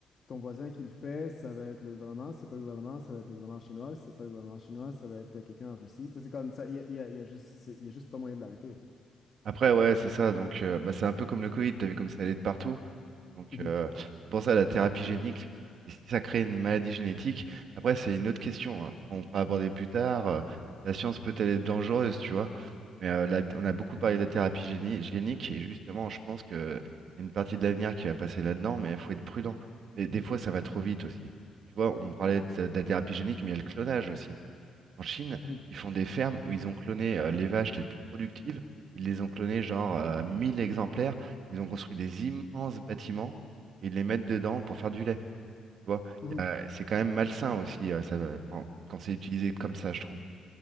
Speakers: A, on the left; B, on the right.
A: ton voisin qui le fait, ça va être le gouvernement. Si c'est pas le gouvernement, ça va être le gouvernement chinois. Si c'est pas le gouvernement chinois, ça va être quelqu'un en Russie. Tu sais, C'est comme ça, il y a, il y a- il y a juste, c'est- il y a juste pas moyen de l'arrêter.
B: Après, ouais, c'est ça, donc euh, bah, c'est un peu comme le Covid, t'as vu comme ça allait de partout. Donc,
A: Mhm.
B: euh, c'est pour ça la thérapie génique, si ça crée une maladie génétique, après, c'est une autre question hein, qu'on pourra aborder plus tard. euh, la science peut-elle être dangereuse, tu vois? Mais euh, la- on a beaucoup parlé de la thérapie géni- génique, et justement, je pense que y a une partie de l'avenir qui va passer là-dedans, mais il faut être prudent. Mais des fois, ça va trop vite aussi. Tu vois, on parlait de, de la thérapie génique, mais il y a le clonage aussi. En Chine,
A: Mhm.
B: ils font des fermes où ils ont cloné euh, les vaches les plus productives. Ils les ont clonées genre euh, 1000 exemplaires. Ils ont construit des immenses bâtiments et ils les mettent dedans pour faire du lait. Tu vois,
A: Mhm.
B: Il y a- c'est quand même malsain aussi euh, ça, euh, quand, quand c'est utilisé comme ça, je trouve.